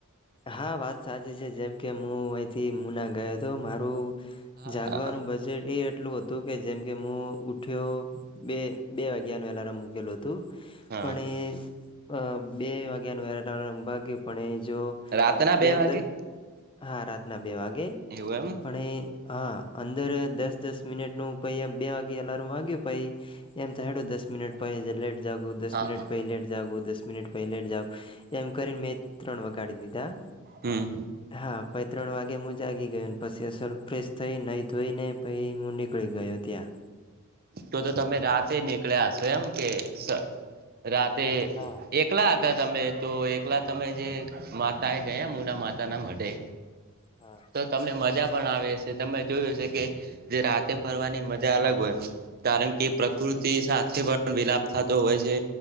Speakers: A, on the left (about 25°); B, on the right (about 45°).
A: હા વાત સાચી છે, જેમ કે મુ અહીંથી મુના ગયો હતો મારું
B: હા
A: જાગવાનું બજેટ એ એટલું હતુ જેમકે મુ ઉઠ્યો બે બે વાગ્યા નુ એલાર્મ મૂકેલો હ તું
B: હા
A: પણ અ એ બે વાગ્યાનું એલારામ વાગય્યું પણ જો
B: રાતના બે
A: દ
B: વાગે
A: દ હા રાતના બે વાગે
B: એવું એમ
A: પણ એ હા અંદર દસ દસ મિનિટનું પહી એમ બે વાગ્યે એલાર્મ વાગયું પહી એમ થાયડો દસ મિનીટ <unintelligible> જાગું દસ
B: હા
A: મિનિટ
B: હા
A: પહી લેટ જાગું દસ મિનિટ પહી લેટ જાઉ એમ કરીને મેં ત્રણ વાગાડી દી ધા
B: હમ
A: હા પ ત્રણ વાગે હું જાગી ગયો પછી અસલ ફ્રેશ થઈ નહીં ધોઈ ને પહી હું નીકળી ગયો ત્યાં
B: તો તો તમે રાતે નીકળ્યા હસો એમ કે સ રાતેે
A: હા
B: એકલા હતા તમે તો એકલા તમે જે માતા એ ગયા મુના માતા ના મઢે
A: હા
B: તો તમને મજા પણ આવે છે, તમે જોયું હશે કે જે રાતે ફરવાની મજા અલગ હોય કારણ કે પ્રકૃતિ સાથે પણ વિલાપ થતો હોય છે,